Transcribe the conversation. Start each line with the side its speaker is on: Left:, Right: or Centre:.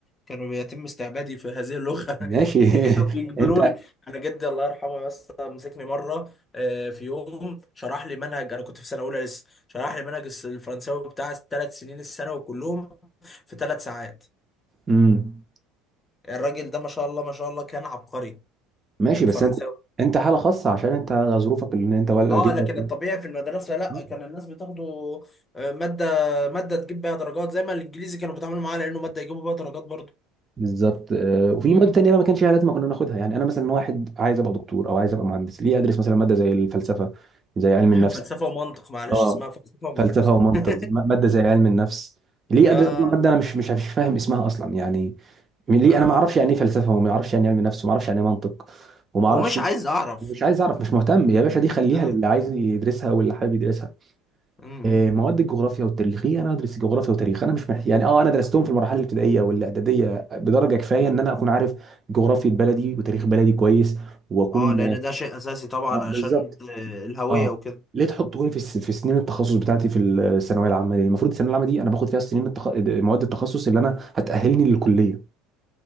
Left: كانوا بيتم استعبادي في هذه اللغة
Right: ماشي
Left: <laughs> كانوا
Right: <laughs>
Left: بيجبروني
Right: انت
Left: انا جدي الله يرحمه بس مسكني مرة آه، في يوم شرح لي منهج انا كنت في سنة اولى لسه شرح لي منهج الس- الفرنساوي بتاع الثلاث سنين الثانوي كلهم في ثلاث ساعات
Right: امم
Left: الراجل ده ما شاء الله ما شاء الله كان عبقري
Right: ماشي بس
Left: فرنساوي
Right: انت انت حاله خاصه عشان انت ظروفك ان انت ولا
Left: اه
Right: جدك
Left: لكن الطبيعي في المدرسه لا
Right: آه،
Left: كان الناس بتاخده آه، ماده ماده تجيب بيها درجات زي ما الانجليزي كانوا بيتعاملوا معاه لانه ماده يجيبوا بيها درجات برضه
Right: بالظبط آه، وفي
Left: مم.
Right: مواد تانية بقى ما كانش ليها لازمه كنا ناخدها يعني انا مثلا واحد عايز ابقى دكتور او عايز ابقى مهندس ليه ادرس مثلا ماده زي الفلسفه زي علم
Left: <laughs>
Right: النفس
Left: فلسفه ومنطق معلش
Right: اه
Left: اسمها فلسفه ومنطق
Right: فلسفه ومنطق
Left: <laughs>
Right: زي- ماده زي علم النفس ليه
Left: اه
Right: ادرس اصلا ماده انا مش مش مش فاهم اسمها اصلا يعني ليه
Left: اه
Right: انا ما اعرفش يعني ايه فلسفه وما اعرفش يعني إيه علم نفس وما اعرفش يعني ايه منطق وما اعرفش
Left: ومش عايز اعرف
Right: مش عايز اعرف مش مهتم يا باشا دي خليها
Left: اه
Right: للي عايز يدرسها واللي حابب يدرسها
Left: مم.
Right: إيه، مواد الجغرافيا والتاريخيه انا ادرس الجغرافيا والتاريخ انا مش محتاج يعني اه انا درستهم في المراحل الابتدائيه والاعداديه بدرجه كفايه ان انا اكون عارف جغرافيا بلدي وتاريخ بلدي كويس واكون
Left: اه لان ده شيء اساسي طبعا
Right: آه، بالظبط
Left: عشان آه، الهويه
Right: اه
Left: وكده
Right: ليه تحطوني في الس- في سنين التخصص بتاعتي في الثانويه العامه دي المفروض الثانويه العامه دي انا باخد فيها سنين التخ... مواد التخصص اللي انا هتاهلني للكليه